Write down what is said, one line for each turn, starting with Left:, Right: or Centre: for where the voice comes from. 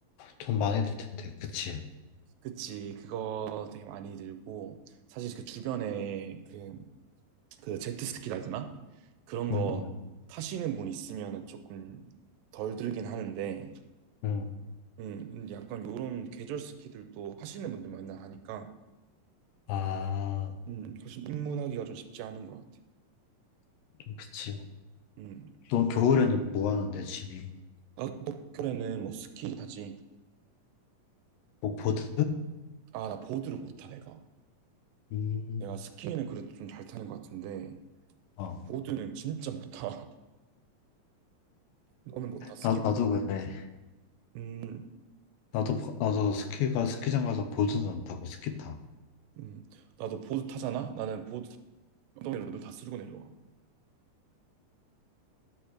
Left: 돈 많이 들 텐데 그치?
Right: 그치, 그거 되게 많이 들고, 사실 그 주변에 그, 그 제트스키라 해야 되나? 그런 거
Left: 응응 응.
Right: 타시는 분 있으면은 조금 덜 들긴 하는데,
Left: 응, 응.
Right: 음, 근데 약간 요런 계절 스키들도 하시는 분들 만나 하니까,
Left: 아
Right: 음, 사실 입문하기가 좀 쉽지 않은 것 같아.
Left: 그치.
Right: 음,
Left: 너 겨울에는 뭐 하는데 집이?
Right: 나도 겨울에는 뭐 스키 타지.
Left: 뭐 보드?
Right: 아, 나 보드를 못 타, 내가.
Left: 음.
Right: 내가 스키는 그래도 좀 잘 타는 것 같은데,
Left: 어.
Right: 보드는 진짜 못 타. <laughs> 너는 못 타, 스키
Left: 나,
Right: 타고.
Left: 나도 그래.
Right: 음,
Left: 나도 버- 나도 스키가 스키장 가서 보드는 안 타고 스키 타.
Right: 음, 나도 보드 타잖아? 나는 보드 타- 엉덩이로 눈 다 쓸고 내려와.